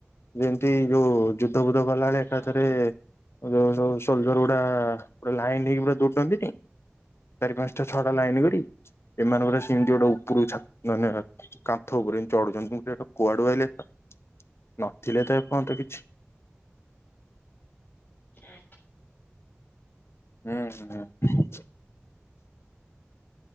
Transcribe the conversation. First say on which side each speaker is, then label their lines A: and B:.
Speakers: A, on the left; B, on the left.
A: ଯେମିତି ଯୋଉ ଯୁଦ୍ଧ ବୁଦ୍ଧ ଗଲାବେେଳେ ଏକାଥରେ
B: ହଁ
A: ଉ ଯୋଉ ଯୋଉ ସୋଲ୍ଜର ଗୁଡା ପୁରା ଲାଇନ ହେଇକି ପୁରା ଦୌଡନ୍ତିନି। ଚାରି ପାଞ୍ଚଟା ଛଅଟା ଲାଇନ କରି ଏମାନେ
B: ହୁଁ
A: ପରା ସେମିତି ଗୋଟେ ଉପର କୁ ଛାତ ନାଇ ନାଇ କାନ୍ଥ ଉପରେ ଏମିତି ଚଢୁଛନ୍ତି ମୁ କଇଲି କୁଆଡୁ ଆଇଲେ ଏଗୁଡା। ନଥିଲେ ତ ଏପଯ୍ୟନ୍ତ କିଛି।
B: ଆ <inaudible>
A: ହୁଁ ହୁ ହଁ